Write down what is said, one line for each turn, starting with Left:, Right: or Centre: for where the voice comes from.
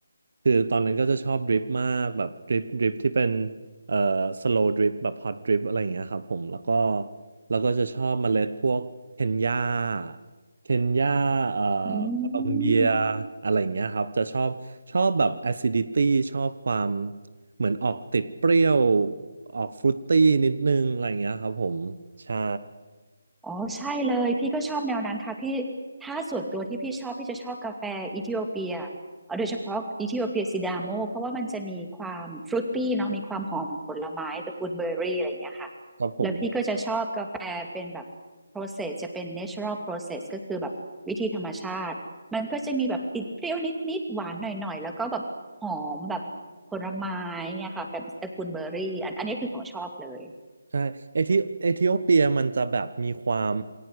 Right: คือตอนนั้นก็จะชอบดริปมากแบบดริปดริปที่เป็นเอ่อสโลว์ดริปแบบฮอตดริปอะไรเงี้ยครับผมแล้วก็ แล้วก็จะชอบเมล็ดพวกเคนยาเคนยาเอ่อ
Centre: อื
Right: โคลอมเบีย
Centre: ม
Right: อะไรอย่างเงี้ยครับ จะชอบ ชอบแบบ acidity ชอบความเหมือนออกติดเปรี้ยว ออกฟรุตตี้นิดนึงอะไรอย่างเงี้ยครับผม ใช่
Centre: อ๋อใช่เลยพี่ก็ชอบแนวนั้นค่ะพี่ถ้าส่วนตัวที่พี่ชอบพี่จะชอบกาแฟอิเธิโอเปียเอาโดยเฉพาะอิเธิโอเปียซิดาโมเพราะว่ามันจะมีความฟรุตตี้เนาะมีความหอมของผลไม้ตระกูลเบอร์รี่อะไรอย่างเงี้ยค่ะ
Right: ครับผม
Centre: แล้วพี่ก็จะชอบกาแฟเป็นแบบ process จะเป็น natural process ก็คือแบบวิธีธรรมชาติมันก็จะมีแบบติดเปรี้ยวนิดๆหวานหน่อยๆแล้วก็แบบหอมแบบผลไม้เนี่ยค่ะแบบตระกูลเบอร์รี่อันอันนี้คือของชอบเลย
Right: ใช่เอธิเอธิโอเปียมันจะแบบมีความ